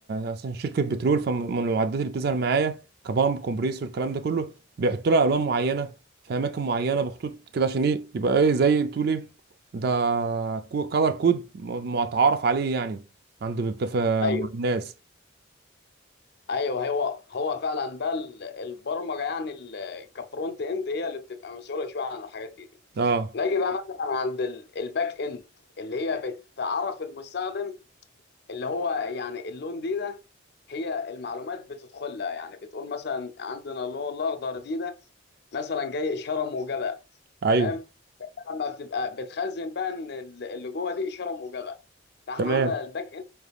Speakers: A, on the right; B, on the left.
A: مثلا شركه بترول فمن المعدات اللي بتظهر معايا كبامب كومبريسور الكلام ده كله بيحطوا لها الوان معينه في اماكن معينه بخطوط كده عشان ايه يبقى ايه زي بتقول ايه ده كولر كود متعارف عليه يعني عند بتف...
B: ايوه
A: مع الناس
B: ايوه هو هو فعلا بقى ال- البرمجة يعني ال- كفرونت اند هي اللي بتبقى مسؤولة شوية عن الحاجات دي, دي.
A: اه
B: نيجي بقى مثلا عند ال- الباك اند اللي هي بتعرف المستخدم اللي هو يعني اللون دي ده هي المعلومات بتدخلها يعني بتقول مثلا عندنا اللون الاخضر دي ده مثلا جاي اشاره موجبه
A: ايوه
B: تمام لما بتبقى بتخزن بقى ان ال- اللي جوه دي اشاره موجبه فاحنا
A: تمام
B: عندنا الباك اند